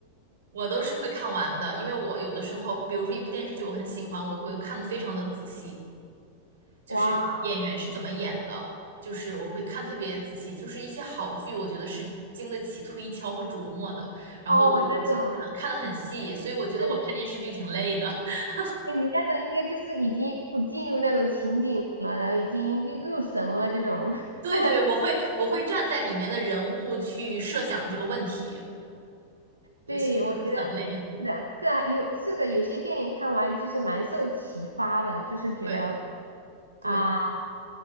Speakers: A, on the right; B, on the right.
A: 我都是会看完的，因为我有的时候，比如说一部电视剧我很喜欢，我会看的非常的仔细，就是演员是怎么演的，
B: 哇。
A: 就是我会看特别仔细，就是一些好剧，我觉得是经得起推敲和琢磨的，然后我就会去看，
B: 哦，那种，
A: 看得很细，所以我觉得我看电视剧挺累的。
B: 那种，
A: <laughs>
B: 那你那种应该就是已经进入那种情景了，然后已经入入神了这种。
A: 对对，
B: <laughs>
A: 我会我会站在里面的人物去设想这个问题，对，
B: 对，
A: 所以就会很累，
B: 我觉得是的，是啊，有是的，有些电影看完就是蛮受启发的，就是觉得
A: 对对。
B: 啊、